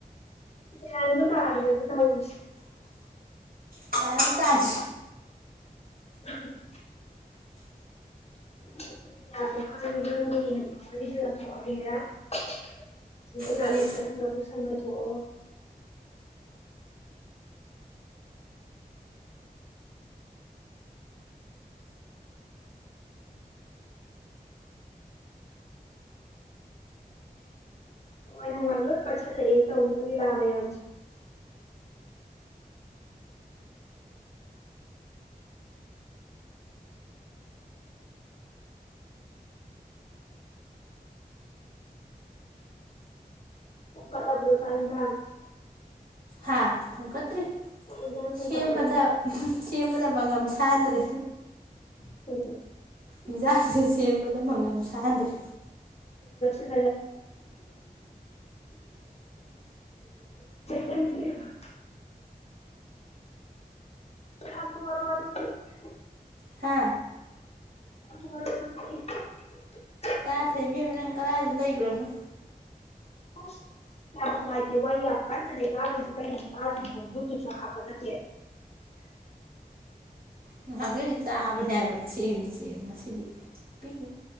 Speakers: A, on the left; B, on the right.
A: ꯒꯤꯌꯥꯟ ꯑꯃ ꯇꯥꯗ꯭ꯔꯦꯅꯦ ꯇꯧꯔꯤꯁꯦ
B: ꯒꯤꯌꯥꯟ ꯑꯕꯨ ꯇꯗ꯭ꯔꯦ
A: <unintelligible> <unintelligible>
B: ꯀꯔꯤ
A: ꯁꯥꯅꯊꯣꯛꯑꯣ ꯍꯅꯨꯡꯋꯥꯥꯏ ꯅꯨꯡꯉꯥꯏꯕ ꯂꯣꯏꯅ ꯄꯠꯁꯤꯜꯂꯛꯑ ꯇꯧꯔꯤꯕ ꯂꯤꯂꯥ ꯃꯌꯥꯝꯁꯦ ꯊꯣꯡꯒꯠꯂꯕ꯭ꯔꯣ ꯆꯥꯛ ꯏꯟꯖꯥꯟ
B: ꯍꯥꯥ ꯊꯣꯡꯒꯠꯇ꯭ꯔꯤ
A: ꯆꯥꯛ ꯏꯟꯖꯥꯡ ꯊꯣꯡꯀꯠꯂꯕ꯭ꯔꯥ
B: ꯁꯦꯝꯕꯗ ꯁꯦꯝꯕꯗ ꯃꯉꯝꯁ ꯇꯥꯗ꯭ꯔꯦ
A: <unintelligible>
B: ꯌꯦꯟꯁꯥꯡꯁꯦ ꯁꯦꯝꯕꯗ ꯃꯉꯝ ꯁꯥꯥꯟꯗ꯭ꯔꯦ
A: <unintelligible> ꯏꯆꯠ ꯆꯠꯂꯦꯕ <unintelligible>
B: ꯍꯥ
A: <unintelligible>
B: ꯇꯥꯗ꯭ꯔꯦ ꯏꯕꯦꯝꯃ ꯅꯪ ꯀꯔꯥꯏꯗ ꯂꯩꯒꯔꯕꯅꯣ
A: ꯑꯁ ꯌꯥꯝ ꯅꯨꯡꯉꯥꯏꯇꯦ ꯋꯥ ꯌꯥꯝ ꯀꯟꯅ ꯂꯩ ꯀꯥꯈꯣꯏꯁꯦ ꯀꯩꯅꯒꯤꯅꯣ ꯇꯥꯗ꯭ꯔꯤꯕꯕꯣ ꯕ꯭ꯂꯨ ꯇꯨꯠꯁꯨ ꯍꯥꯞꯄ ꯅꯠꯇꯦ
B: ꯉꯍꯥꯟꯈꯩꯗꯤ ꯇꯥꯕꯅꯦ ꯍꯥꯏꯕ ꯆꯦꯡ ꯆꯦꯡ ꯉꯁꯤꯗꯤ ꯄꯤꯛ